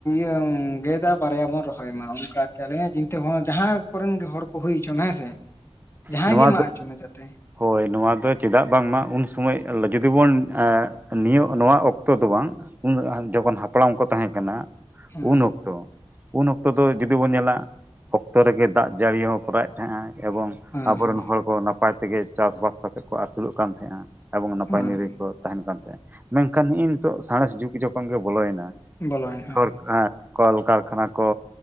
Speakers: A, on the left; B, on the right.
A: ᱢᱤᱫᱴᱟᱝ ᱜᱮᱫᱟ ᱵᱟᱨᱭᱟ ᱵᱚᱱ ᱨᱚᱦᱚᱭ ᱢᱟ ᱚᱱᱠᱟ ᱟᱞᱮᱭᱟᱜ ᱪᱤᱱᱛᱟᱹ ᱵᱷᱟᱵᱽᱱᱟ ᱡᱟᱦᱟᱸ ᱠᱚᱨᱮᱱ ᱜᱮ ᱦᱚᱲ ᱠᱚ ᱦᱩᱭ ᱦᱚᱪᱚᱱ ᱦᱮᱸ ᱥᱮ ᱡᱟᱦᱟᱸᱭ
B: ᱱᱚᱣᱟ
A: ᱜᱮ ᱢᱟᱜ
B: ᱫᱚ
A: ᱦᱚᱪᱚ ᱢᱚᱪᱟ ᱛᱮ
B: ᱦᱳᱭ ᱱᱚᱣᱟ ᱫᱚ ᱪᱮᱫᱟᱜ ᱵᱟᱝᱢᱟ ᱩᱱ ᱥᱚᱢᱚᱭ ᱡᱩᱫᱤ ᱵᱚᱱ ᱮᱸ ᱱᱤᱭᱟᱹ ᱱᱚᱣᱟ ᱚᱠᱛᱚ ᱫᱚ ᱵᱟᱝ ᱩᱱ ᱫᱚ ᱡᱚᱠᱷᱚᱱ ᱦᱟᱯᱲᱟᱢ ᱠᱚ ᱛᱟᱦᱮᱸ ᱠᱟᱱᱟ
A: ᱦᱮᱸ
B: ᱩᱱ ᱚᱠᱛᱚ ᱩᱱ ᱚᱠᱛᱚ ᱫᱚ ᱡᱩᱫᱤ ᱵᱚᱱ ᱧᱮᱞᱟ ᱚᱠᱛᱚ ᱨᱮᱜᱮ ᱫᱟᱜ ᱡᱟᱹᱲᱤ ᱦᱚᱸ ᱠᱚᱨᱟᱣᱮᱫ ᱦᱮᱸᱜᱼᱮ ᱮᱵᱚᱝ
A: ᱦᱮᱸ
B: ᱟᱵᱚᱨᱮᱱ
A: ᱦᱮᱸ
B: ᱦᱚᱲ ᱠᱚ ᱱᱟᱯᱟᱭ ᱛᱮᱜᱮ ᱪᱟᱥᱵᱟᱥ ᱠᱟᱛᱮᱫ ᱠᱚ ᱟᱹᱥᱩᱞᱚᱜ ᱠᱟᱱ ᱛᱟᱦᱮᱸᱜᱼᱟ ᱮᱵᱚᱝ ᱱᱟᱯᱟᱭ
A: ᱦᱮᱸ
B: ᱱᱤᱨᱟᱹᱭ ᱠᱚ ᱛᱟᱦᱮᱱ ᱠᱟᱱ ᱛᱟᱦᱮᱸᱫ ᱢᱮᱱᱠᱷᱟᱱ ᱱᱤᱜ-ᱤᱱᱛᱳᱜ ᱥᱟᱬᱮᱥ ᱡᱩᱜᱽ ᱡᱚᱠᱷᱚᱱ ᱜᱮ ᱵᱚᱞᱚᱭᱮᱱᱟ
A: ᱵᱚᱞᱚᱭᱮᱱ ᱦᱮᱸ
B: ᱥᱚᱨ ᱮᱸ ᱠᱚᱞᱠᱟᱨᱠᱷᱟᱱᱟ ᱠᱚ